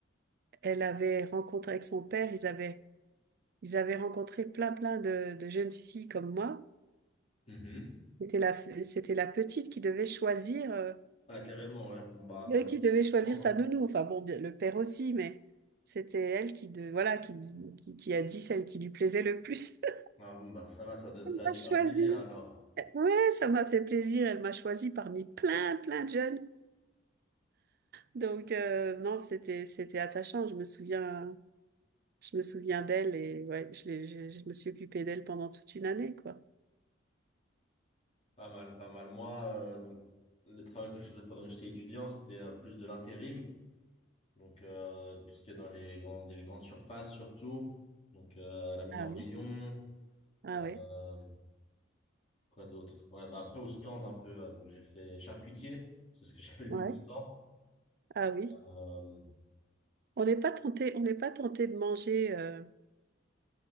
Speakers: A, on the right; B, on the left.
A: elle avait rencontré avec son père, ils avaient, ils avaient rencontré plein, plein de, de jeunes filles comme moi.
B: Mhm.
A: C'était la, c'était la petite qui devait choisir, euh,
B: Ah, carrément, ouais. Bon, bah, d'un
A: elle
B: côté,
A: qui devait
B: je
A: choisir
B: comprends,
A: sa
B: hein.
A: nounou. Enfin bon, bien- le père aussi, mais c'était elle qui, de, voilà, qui, dit- qui, qui a dit celle qui lui plaisait le plus. <laughs>
B: Ah, bon, bah, ça va, ça, de-
A: Elle
B: ça a
A: m'a
B: dû
A: choisi.
B: faire plaisir, alors.
A: Ouais, ça m'a fait plaisir. Elle m'a choisi parmi plein, plein de jeunes. Donc euh, non, c'était, c'était attachant. Je me souviens, je me souviens d'elle et ouais, je, l'ai- je, je me suis occupée d'elle pendant toute une année, quoi.
B: Pas mal, pas mal. Moi, euh, donc, le travail que je faisais pendant que j'étais étudiant, c'était euh, plus de l'intérim. Donc, euh, tout ce qui est dans les grandes, les grandes surfaces, surtout. Donc, euh, la mise
A: Ah
B: en rayon.
A: oui. Ah
B: euh,
A: ouais.
B: quoi d'autre? Ouais, bah, après, au stand, un peu. euh, donc, j'ai fait charcutier. C'est ce que <laughs> j'ai fait le
A: Ouais.
B: plus longtemps.
A: Ah oui.
B: Euh,
A: On n'est pas tenté, on n'est pas tenté de manger. euh,